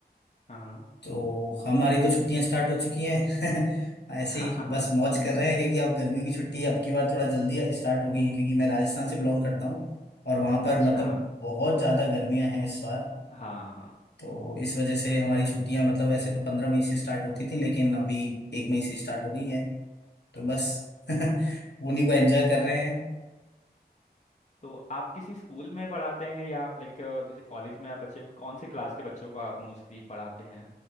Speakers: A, on the left; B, on the left.
A: हाँ हाँ।
B: तो हमारी तो छुट्टियां स्टार्ट हो चुकी हैं <laughs> ऐसे
A: <laughs>
B: ही बस मौज कर रहे हैं क्योंकि अब गर्मियों की छुट्टी अब की बार थोड़ा जल्दी स्टार्ट हो गई है क्योंकि मैं राजस्थान से बिलोंग करता हूँ और वहाँ पर
A: अच्छा
B: मतलब बहुत ज़्यादा गर्मियाँ हैं इस बार
A: हाँ
B: तो इस वजह से हमारी छुट्टियां मतलब वैसे तो पंद्रह मई से स्टार्ट होती थी लेकिन अभी एक मई से स्टार्ट हो गई हैं तो बस <laughs> उन्हीं को एंजॉय कर रहे हैं
A: तो आप किसी स्कूल में पढ़ाते हैं या आप लाइक किसी कॉलेज में आप बच्चे कौन से क्लास के बच्चों को आप मोस्टली पढ़ाते हैं